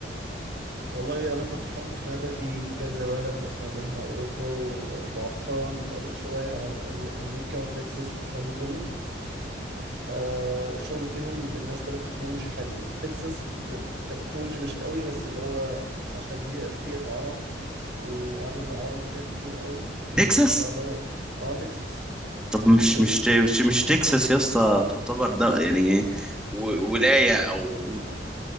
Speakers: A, on the right (about 70°); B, in the centre.
A: والله انا كنت حاطط في هدفي كذا بلد مثلا منها اوروبا ومؤخرا قريت شوية عن أم- امريكا وتكساس والكلام ده كله آه، والشغل فيهم بالنسبة للتكنولوجي حلو تكساس م- كتكنولوجي مش قوي بس اللي هو عشان بيئة بيئة عرب وعدد العرب فيها كتير قوي
B: تكساس
A: فاللي هو اه تكساس
B: طب مش
A: كمية
B: مش
A: ال-
B: مش مش تكساس يا اسطى تعتبر ده يعني و- ولايه او